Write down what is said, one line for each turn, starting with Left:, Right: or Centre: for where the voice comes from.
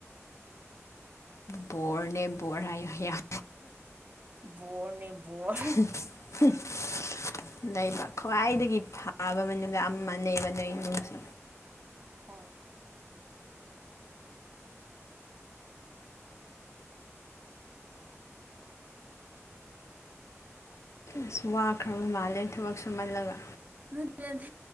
Left: ꯕꯣꯔꯅꯦ ꯕꯣꯔ ꯍꯥꯏꯌꯣ ꯍꯥꯏ ꯌꯥꯝ
Right: ꯕꯣꯔꯅꯤ ꯕꯣꯔ
Left: <unintelligible> ꯂꯩꯕ ꯈ꯭ꯋꯥꯏꯗꯒꯤ ꯐꯕ ꯃꯅꯨꯡꯗ ꯑꯃꯅꯦꯕ ꯅꯣꯏ ꯏꯃꯨꯡꯁꯨ
Right: ꯍꯣꯏ
Left: ꯑꯁ ꯋꯥꯈ꯭ꯔꯕ ꯃꯥꯜꯂꯦ ꯊꯕꯛ ꯁꯨꯃꯜꯂꯒ
Right: ꯅꯠꯇꯦ ꯅ